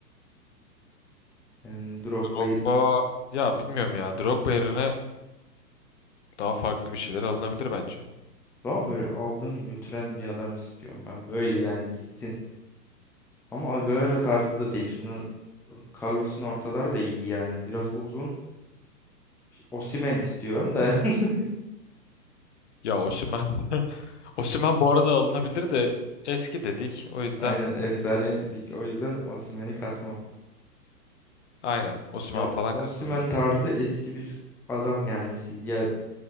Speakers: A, in the centre; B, on the left.
A: Yani Drogba'yı
B: Drogba ya bilmiyorum ya Drogba yerine daha farklı bir şeyler alınabilir bence.
A: daha böyle aldığını götüren bir adam istiyorum ben. Böyle yani gitsin. Ama Agüero tarzı da değil. Şimdi Carlos'un ortalar da iyi yani. Biraz uzun. Osimhen istiyorum da. <laughs>
B: Ya Osimhen <laughs> Osimhen bu arada alınabilir de eski dedik. O yüzden
A: Aynen efsane dedik. O yüzden Osimhen'i katmam.
B: aynen Osimhen
A: Ya
B: falan
A: Osimhen
B: katılmıyor.
A: tarzı eski bir adam gelmesi. Ya